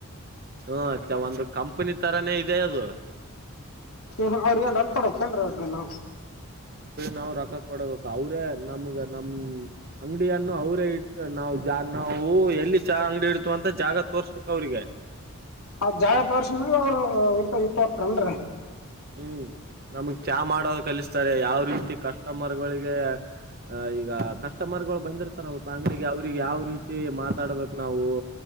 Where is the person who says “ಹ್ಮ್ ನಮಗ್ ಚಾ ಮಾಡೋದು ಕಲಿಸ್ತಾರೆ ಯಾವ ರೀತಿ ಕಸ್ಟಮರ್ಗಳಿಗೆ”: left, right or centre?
Right